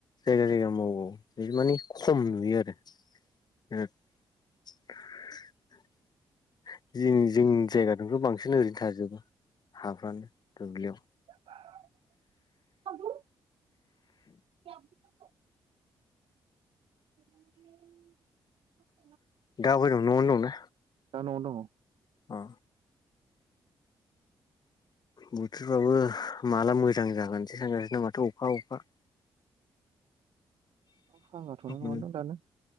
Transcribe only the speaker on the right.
<unintelligible> <unintelligible> <unintelligible>
दा न'आव दङ
हागाथ'नाय
नङा दां दानो।